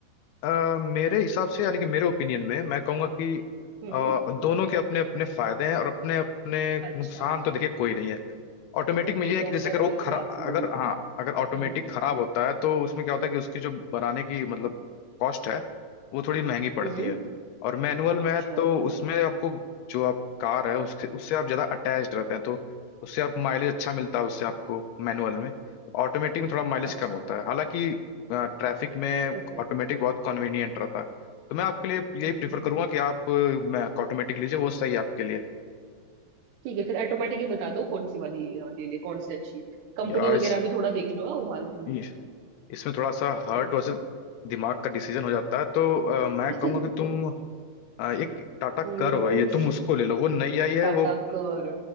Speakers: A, on the left; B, on the right.
A: अ, मेरे हिसाब से यानी कि मेरे ओपिनियन में मैं कहूँगा कि
B: हम्म
A: अ,
B: हम्म।
A: दोनों के अपने अपने फायदे हैं और अपने अपने
B: अच्छा
A: नुकसान तो देखिए कोई नहीं है ऑटोमेटिक
B: ओके
A: में ये है
B: तो
A: कि
B: अपने
A: जैसे अगर
B: अपने
A: वो
B: हिसाब
A: खरा
B: से दोनों
A: अगर हाँ अगर ऑटोमेटिक
B: हम्म
A: खराब होता है तो उसमें क्या होता है कि उसकी जो बनाने की मतलब कॉस्ट है वो थोड़ी महंगी पड़ती
B: हम्म
A: है और मैनुअल में
B: अच्छा
A: है तो उसमें आपको जो आप कार है उसके उससे आप ज़्यादा अटैच रहते हैं तो उससे आप माइलेज अच्छा मिलता है उससे आपको मैनुअल में ऑटोमेटिक में थोड़ा माइलेज
B: अच्छा
A: कम होता है हालांकि ट्रैफिक में
B: ओके
A: ऑटोमेटिक
B: ओके
A: बहुत कन्वीनियंट रहता है तो मैं आपके लिए यही
B: हम्म
A: प्रीफर
B: हम्म।
A: करूंगा कि आप ऑटोमेटिक लीजिए वो सही है आपके लिए
B: ठीक है फिर ऑटोमेटिक ही बता दो कौन सी वाली अ, ले ले कौन सी अच्छी है कंपनी
A: यार
B: वगैरह भी थोड़ा देख लो हाँ, वो मालूम नहीं
A: इस इसमें थोड़ा सा हार्ट
B: हम्म।
A: वर्सेस दिमाग का डिसीजन हो जाता है तो अ, मैं
B: <laughs>
A: कहूंगा कि तुम अ, एक टाटा
B: हम्म
A: कर्व है ये तुम उसको ले लो वो नई आई है
B: टाटा
A: वो
B: कर